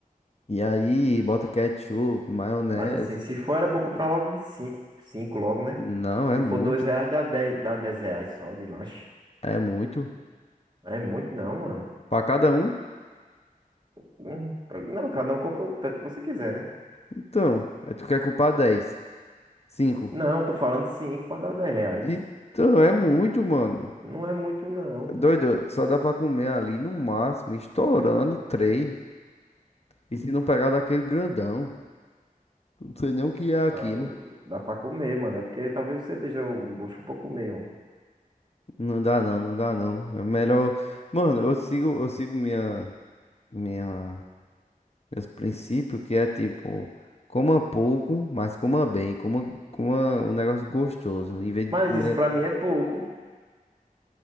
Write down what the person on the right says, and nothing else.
Mas assim, se for era bom comprar logo de 5, 5 logo, né?
Se
for 2 reais, dá dez, dá 10 reais só de lanche.
É muito não, mano.
Hum, Não, cada um compra o tanto que você quiser, né?
Não, tô falando cinco pra dar 10 reais.
Não é muito, não.
Ah, é, Dá pra comer, mano. É porque talvez você esteja o bucho um pouco meio.
Mas
isso pra mim é pouco.